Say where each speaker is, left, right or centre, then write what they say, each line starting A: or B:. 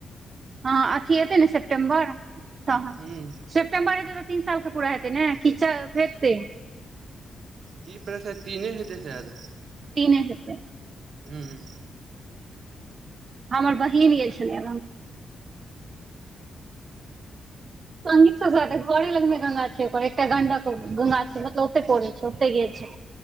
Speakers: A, on the right; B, on the right.
A: हां अथी एतै सेप्टेम्बर तहन
B: ह
A: सेप् सेप्टेम्बर हेतै तऽ तीन साल के पूरा हेतै ने की चा हैतै
B: की प्रेश तीने हेतै शायद
A: तीने हेतै
B: हू हू
A: हमर बहिन गेल छलैा संगीत सऽ स्वागत घरे लग में गंगा छै ओकर एकटा गंडक गंगा छै मतलब ओते पौड़े छै ओते गेल छै